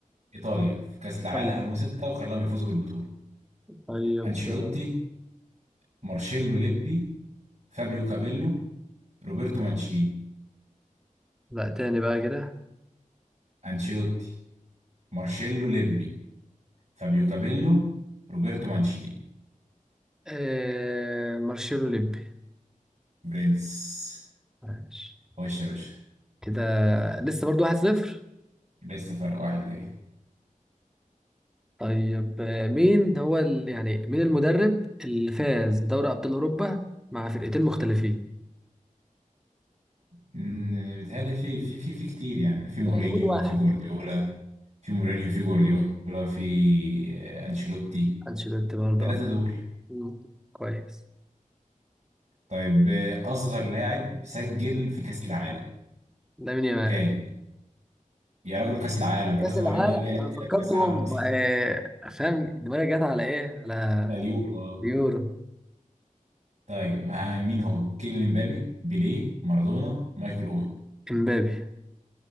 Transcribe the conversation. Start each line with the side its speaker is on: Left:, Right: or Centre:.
Right: ايطاليا في كاس العالم
Centre: طيب
Right: 2006 وخلاهم يفوزوا بالبطولة
Centre: طيب
Right: انشيلوتي
Centre: آه،
Right: مارشيلو ليبي فابيو كابيلو روبرتو مانشيني
Centre: لا تاني بقى كده
Right: انشيلوتي مارشيلو ليبي فابيو كابيلو روبرتو مانشيني
Centre: آه مارشيلو ليبي
Right: برنس
Centre: ماشي
Right: خش يا باشا
Centre: كده لسه برضو واحد صفر
Right: لسه فرق واحد ليه
Centre: طيب آه مين هو ال... يعني مين المدرب اللي فاز بدوري ابطال اوروبا مع فرقتين مختلفين
Right: مم، بيتهيألي في في في في كتير يعني في مورينيو
Centre: يعني قول واحد
Right: في جوارديولا في مورينيو في جوارديولا في آه، أنشيلوتي
Centre: انشيلوتي برضه
Right: التلاتة
Centre: آه.
Right: دول
Centre: مم. كويس
Right: طيب آه، أصغر لاعب سجل في كأس العالم
Centre: لامين يامال
Right: كان يا راجل كأس العالم
Centre: كاس
Right: وكأس
Centre: العالم
Right: ولا مين اللي لعب
Centre: انا
Right: كده
Centre: فكرتهم
Right: في كأس العالم أصلا
Centre: آه، فاهم دماغي جت على ايه على
Right: اليورو آه.
Centre: يورو
Right: طيب آه، مين هو كيليان امبابي بيليه مارادونا مايكل أوين
Centre: امبابي